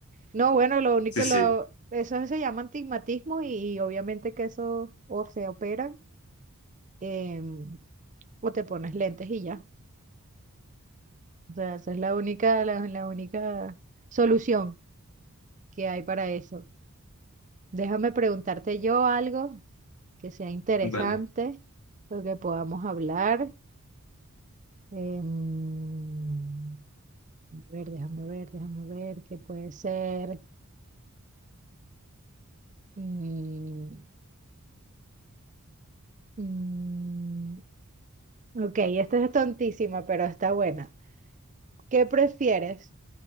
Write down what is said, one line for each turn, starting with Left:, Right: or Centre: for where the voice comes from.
Right: No, bueno, lo único,
Left: Sí, sí,
Right: lo, eso se llama antigmatismo y, obviamente que eso o se opera em, o te pones lentes y ya. O sea, esa es la única, la, la única solución que hay para eso. Déjame preguntarte yo algo que sea interesante,
Left: vale.
Right: lo que podamos hablar. Em, A ver, déjame ver, déjame ver qué puede ser. Mm, mm, ok, esta es tontísima, pero está buena. ¿Qué prefieres?